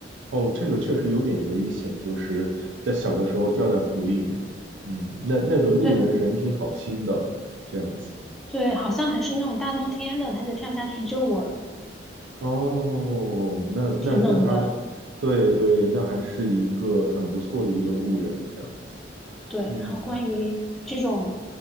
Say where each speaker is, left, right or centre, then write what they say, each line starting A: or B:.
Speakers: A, on the right; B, in the centre.
A: 哦，这个确实有点危险，就是在小的时候掉在湖里面，嗯，那那个路人人挺好心的，
B: 对
A: 这样子。
B: 对，好像还是那种大冬天的，他就跳下去救我了，
A: 哦，那那那他，
B: 挺冷的。
A: 对对，那还是一个很不错的一个路人，这样子。
B: 对，
A: 嗯，
B: 然后关于这种